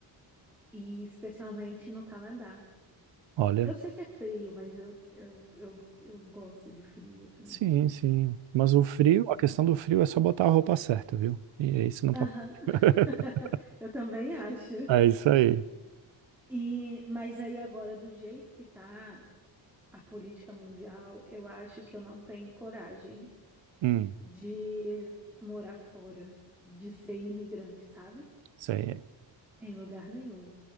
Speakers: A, in the centre; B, on the right (about 70°).
A: e especialmente no Canadá.
B: Olha,
A: Eu sei que é frio, mas eu, eu, eu, eu gosto de frio, assim.
B: sim, sim. Mas o frio, a questão do frio é só botar a roupa certa, viu? E aí você não
A: Aham.
B: passa. <laughs>
A: <laughs> Eu também acho.
B: É isso aí.
A: E, mas aí agora, do jeito que tá a política mundial, eu acho que eu não tenho coragem
B: Hum,
A: de morar fora, de ser imigrante, sabe?
B: isso aí. É,
A: Em lugar nenhum.